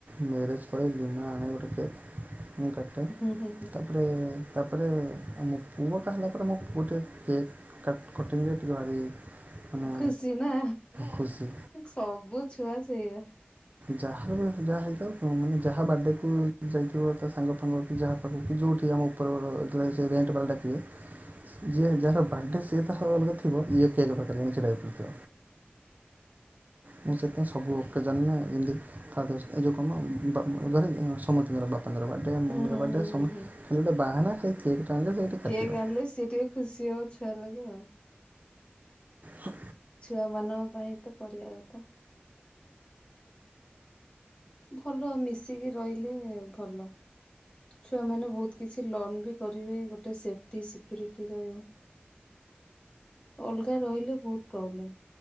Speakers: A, on the right (about 45°); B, on the left (about 30°).
A: ମ୍ୟାରେଜ୍ ପରେ ଲିମା ଆଣେ ଗୋଟେ କେକ୍। ମୁଁ କାଟେ ତା
B: ହୁଁ ହୁଁ ହୁଁ।
A: ତାପରେ ତାପରେ ଆମ ପୁଅଟା ହେଲା ପରେ ମୋ ପୁଅ ଟିକେ କେକ୍। କାଟ୍ କଟିଙ୍ଗ ରେ ଟିକେ ଭାରି। ମାନେ
B: ଖୁସି ନା
A: ଖୁସି
B: ସବୁ ଛୁଆ ସେଇଆ।
A: ଯାହାର ବି ଯାହା ହେଇଥାଉ ମାନେ ଯାହା ବାର୍ଥଡେ କୁ ଯାଇଥିବ ତା ସାଙ୍ଗ ଫାଙ୍ଗ କି ଯାହା ପାଖକୁ କି ଯୋଉଠି ଆମ ଉ ଉପର ଜେଯେ ବେଳେ ସେ ରେଣ୍ଟ ବାଲା ଡାକିବେ। ଯିଏ ଯାହାର ବାର୍ଥଡେ ସିଏ ତାର ଅଲଗା ଥିବ ଇଏ କେକ୍ ପାଖରେ ଜାଇଁକି ଛିଡା ହଇଥିବ। ମୁଁ ସେଥିପାଇଁ ସବୁ ଅ କେଜନ୍ ରେ ଯମତି ଫାଦର୍ସ ଏ ଯୋଉ କଣ ମ ବ ଧର ସମସ୍ତିଙ୍କର ବ ବାପା ଙ୍କର ବଡେ
B: ହୁଁ
A: ମମି
B: ହୁଁ
A: ର ବାଡେ
B: ହୁଁ ହୁଁ
A: ସମ
B: ହୁଁ।
A: ଖାଲି ଗୋଟେ ବାହାନା ସେଇ କେକ୍ ଟା ଆଣିଲେ ସେ ଟିକେ କାଟିବ।
B: କେକ୍ ଆଣିଲେ ସିଏ ଟିକେ ଖୁସି ହବ ଛୁଆ ଲୋକ।
A: ହ
B: ଛୁଆମାନଙ୍କ ପାଇଁ ତ କରିବା କଥା। ଭଲ ମିଶିକି ରହିଲେ ଭଲ। ଛୁଆମାନେ ବହୁତ କିଛି ଲର୍ଣ ବି କରିବେ ଗୋଟେ ସେଫ୍ଟି ସିକ୍ୟୁରିଟି ରହିବ। ଅଲଗା ରହିଲେ ବହୁତ ପ୍ରୋବ୍ଲେମ୍